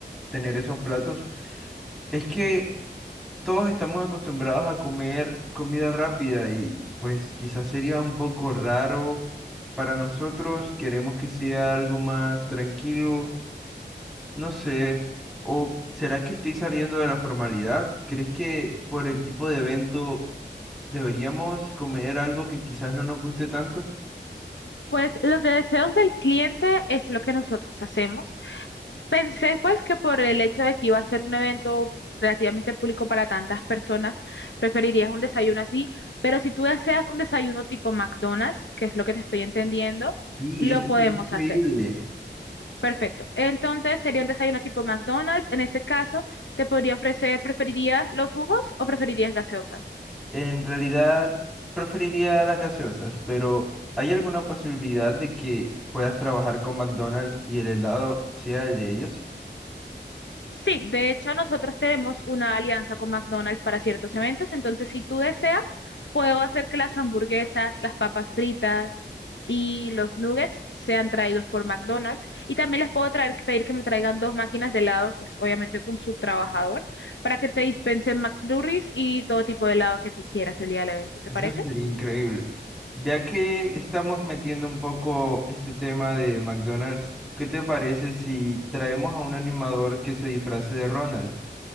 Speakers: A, in the centre; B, on the left (about 85°).
A: tener esos platos? Es que todos estamos acostumbrados a comer comida rápida y pues quizás sería un poco raro para nosotros, queremos que sea algo más tranquilo, no sé, o ¿será que estoy saliendo de la formalidad? ¿Crees que por el tipo de evento deberíamos comer algo que quizás no nos guste tanto?
B: Pues los deseos del cliente es lo que nosotros hacemos. Pensé pues que por el hecho de que iba a ser un evento relativamente público para tantas personas, preferirías un desayuno así, pero si tú deseas un desayuno tipo McDonald's, que es lo que te estoy entendiendo,
A: Sí,
B: lo
A: eso
B: podemos
A: sería increíble.
B: hacer. Perfecto. Entonces sería un desayuno tipo McDonald's. En ese caso, te podría ofrecer, ¿preferirías los jugos o preferirías gaseosas?
A: En realidad preferiría las gaseosas, pero ¿hay alguna posibilidad de que puedas trabajar con McDonald's y el helado sea el de ellos?
B: Sí, de hecho nosotros tenemos una alianza con McDonald's para ciertos eventos, entonces si tú deseas, puedo hacer que las hamburguesas, las papas fritas y los nuggets sean traídos por McDonald's y también les puedo traer, pedir que me traigan dos máquinas de helado, pues obviamente con su trabajador, para que te dispensen McFlurries y todo tipo de helado que tú quieras el día del evento, ¿te
A: Eso
B: parece?
A: sería increíble. Ya que estamos metiendo un poco este tema de McDonald's, ¿qué te parece si traemos a un animador que se disfrace de Ronald?